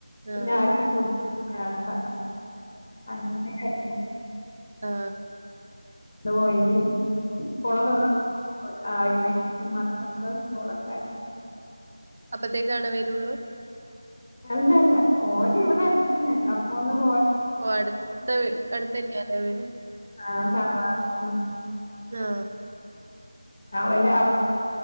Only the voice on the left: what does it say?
പിന്നെ
ആര്‌ക്കും ഫു വേണ്ട അങ്ങനെ കഴി
ന്ന്പോയിനി സ്കൂളക്കെ തൊറ ആയില്ലേ ഇ മദ്റസ സ്കൂളൊക്കെ.
അല്ലല്ല ഓന് ഇവിടെ ന് അപ്പൊ ഓ
ആ <unintelligible>
അവന് അവ്ട